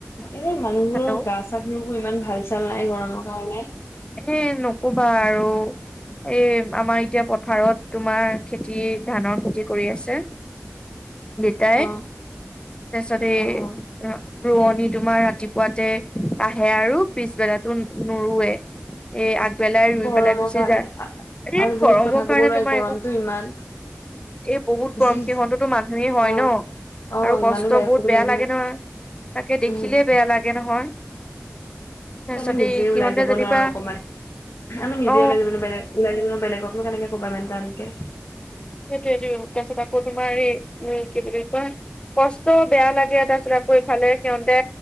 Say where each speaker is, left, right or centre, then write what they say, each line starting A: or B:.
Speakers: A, on the left; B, on the left.
A: এনে মানুহবোৰৰ
B: হেল্ল'
A: গা চা ধুলো ইমান ভাল চাল নাই গৰমৰ কাৰণে।
B: এ নকবা আৰু। এই আমাৰ এতিয়া পথাৰত তোমাৰ খেতি ধানৰ খেতি কৰি আছে। দেতাই
A: অ
B: তাৰপিছত এই।
A: অ অ
B: ৰোৱনী তোমাৰ ৰাতিপুৱাতে আহে আৰু পিছবেলাটো নুৰুৱে। এ আগবেলাই ৰুই
A: গৰমৰ
B: পেলাই গুচি
A: কাৰণে
B: যায়। এ
A: আৰু বহুত
B: গৰমৰ
A: কথা ক'ব
B: কাৰণে
A: নোৱাৰি
B: তোমাৰ
A: গৰমটো
B: একো।
A: ইমান।
B: এই বহুত গৰম
A: যি
B: সিহঁততো মানুহেই হয়
A: অ
B: ন
A: অ
B: আৰু কষ্ট
A: ইমানো
B: বহুত
A: ক'ব
B: বেয়া
A: নোৱাৰি
B: লাগে নহয়। তাকে দেখিলেই
A: উম
B: বেয়া লাগে নহয়। তাৰপিছতে
A: আমি নিজে
B: সিহঁতে
A: ওলাই যাব
B: যেনিবা
A: নোৱাৰো অকমান আমি নিজে
B: অ
A: ওলাই যাব নোৱাৰি ওলাই যাব বেলেগকনো কেনেকে কবা ইমান টানকে
B: সেইটোৱেইটো তাৰপিছত আকৌ তোমাৰ এই উম কি বুলি কয়। কষ্ট বেয়া লাগে এটা চ কৰি ফালে সিহঁতে